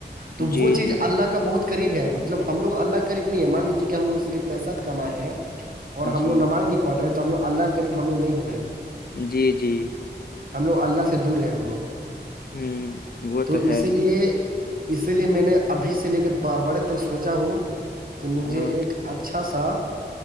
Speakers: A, on the right; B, on the left.
A: تو
B: جی
A: وہ چیز
B: جی
A: اللہ کا بہت قریب ہے مطلب ہم لوگ اللہ قریب نہیں ہے مان لیجیے کہ ہم لوگ صرف پیسہ کما رہے ہیں اور ہم
B: جی
A: لوگ نماز نہیں پڑ رہے تو ہم لوگ اللہ کے قریب ہم لوگ نہیں ہوئے ہیں
B: جی جی
A: ہم لگ اللہ سے دور ہے ہم لوگ
B: ہوں وہ
A: تو
B: ہے
A: اسی لیے اسی لیے میں نے ابھی سے لے کے بڑے تک سوچا ہوں کہ مجھے
B: ہاں
A: ایک اچھا سا